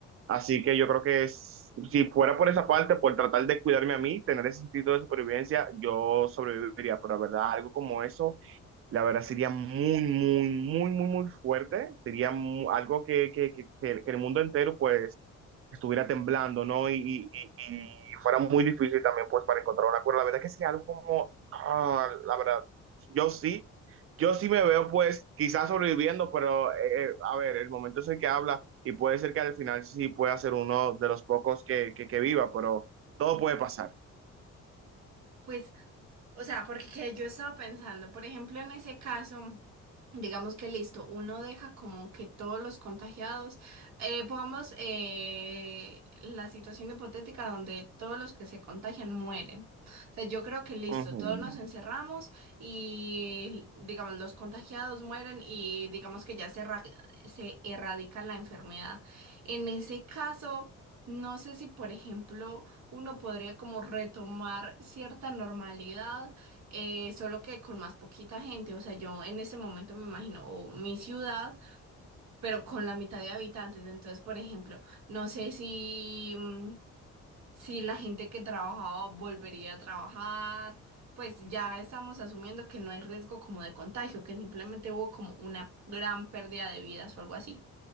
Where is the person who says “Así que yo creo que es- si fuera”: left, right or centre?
Right